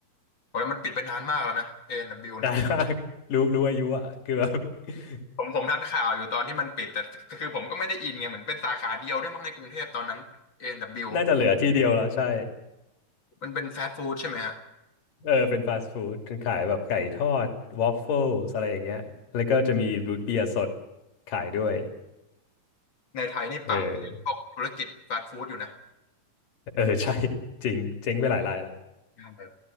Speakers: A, on the left; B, on the left.
A: โอ้ยมันปิดไปนานมากแล้วนะ A&W
B: <laughs>
A: เบิลยูเนี่ย
B: ได้มากรู้รู้อายุอะคือแบบ <laughs>
A: ผมผมทันข่าวอยู่ตอนที่มันปิดแต่คือผมก็ไม่ได้อินไงเหมือนเป็นสาขาเดียวด้วยมั้งในกรุงเทพตอนนั้น A&W
B: น่าจะเหลือที่เดียวแล้วใช่
A: มันเป็นฟาสต์ฟู้ดใช่ไหมฮะ
B: เออเป็นฟาสต์ฟู้ดขายแบบไก่ทอดวอฟเฟิลอะไรอย่างเงี้ยแล้วก็จะมีรูทเบียร์สดขายด้วย
A: ในไทยนี่ปรับพวกธุรกิจฟาสต์ฟู้ดอยู่นะ
B: เออเออใช่ <laughs> จริงเจ๊งไปหลายรายละ
A: ใช่ครับ